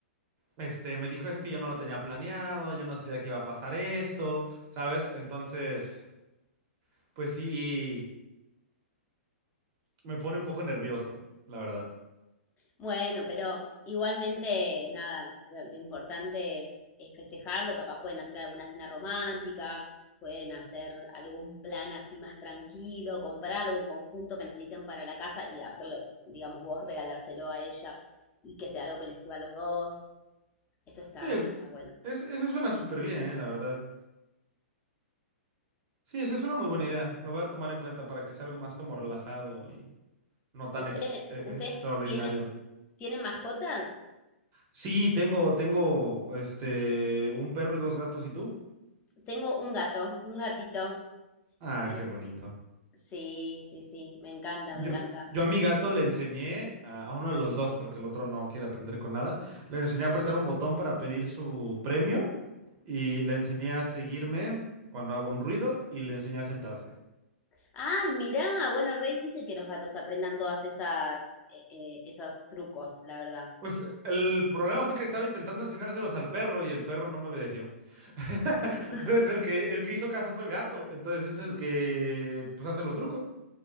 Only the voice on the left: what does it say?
Bueno, pero igualmente, nada, lo, lo importante es, es festejarlo. Capaz pueden hacer alguna cena romántica, pueden hacer algún plan así más tranquilo, comprar algo en conjunto que necesiten para la casa y hacerle, digamos, vos regalárselo a ella y que sea algo que les sirva a los dos. Eso está,
está bueno.
¿Ustedes,
ustedes
tienen, tienen mascotas?
Tengo un gato, un gatito.
Eh,
sí, sí, sí, me encanta,
me encanta.
Ay, mirá, bueno, re difícil que los gatos aprendan todas esas, eh, eh, esas trucos, la verdad.
<laughs>